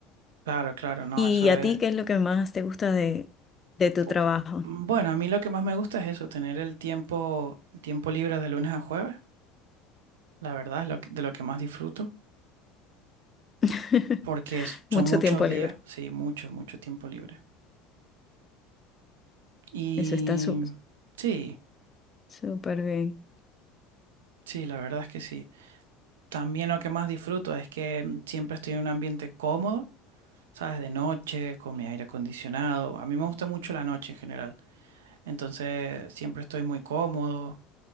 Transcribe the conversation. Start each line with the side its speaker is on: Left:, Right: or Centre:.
Right: claro, claro, no,
Left: ¿Y
Right: eso es...
Left: a ti qué es lo que más te gusta de, de tu
Right: pu-
Left: trabajo?
Right: Bueno, a mí lo que más me gusta es eso, tener el tiempo, el tiempo libre de lunes a jueves. La verdad es lo que- de lo que más disfruto,
Left: <laughs>
Right: porque es-
Left: Mucho
Right: son muchos
Left: tiempo libre.
Right: días, sí, mucho, mucho tiempo libre. Y
Left: Eso está su-
Right: sí,
Left: súper bien.
Right: sí, la verdad es que sí. También lo que más disfruto es que mm, siempre estoy en un ambiente cómodo. ¿sabes? De noche, con mi aire acondicionado. A mí me gusta mucho la noche en general. Entonces siempre estoy muy cómodo